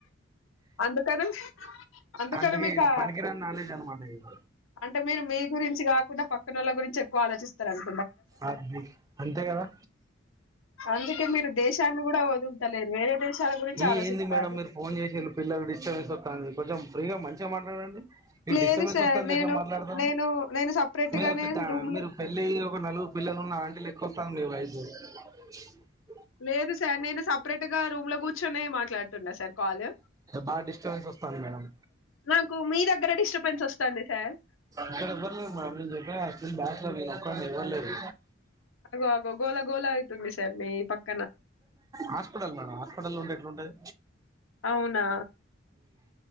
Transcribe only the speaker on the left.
అందుకని అందుకని
మీకా
అంటే మీరు మీ గురించి కాకుండా పక్క పక్కనోళ్ళ గురించి ఎక్కువ ఆలోచిస్తారని
అందుకే దేశాన్ని కూడా వదులుతాలేరు వేరే దేశాల గురించి
ఆలోచిస్తారు
లేదు
సార్
నేను
నేను నేను సపరేట్
గానే
రూమ్
లో
లేదు సార్ నేను సప్ పరేట్ గా రూమ్ లో కూర్చొనే మాట్లాడుతున్నా సార్ కాల్
నాకు మీ దగ్గర డిస్టర్బెన్స్ వస్తుంది సార్
అగో గోలా గోల అయితుంది సా మీ పక్క
అవునా